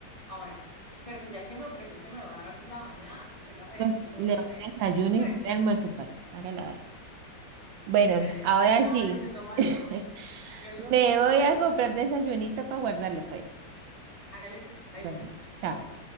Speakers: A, on the left (about 20°); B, on the right (about 80°).
A: A ver, pero pues ya que me ofreció que me va a dar la bañada, pues tenga que dejar
B: Pues
A: uno
B: le
A: de una
B: doy
A: vez.
B: desayuno
A: Pues,
B: y el almuerzo, pues. Hágala ver. Bueno,
A: <laughs>
B: ahora
A: le dan la
B: sí.
A: mano y se toma
B: <laughs>
A: el codo. Hágale pues,
B: Me
A: nos vemos
B: voy
A: ahorita.
B: a comprar desayunita para guardarle, pues.
A: Hágale pues, ahí
B: Bueno,
A: voy. Chao.
B: chao.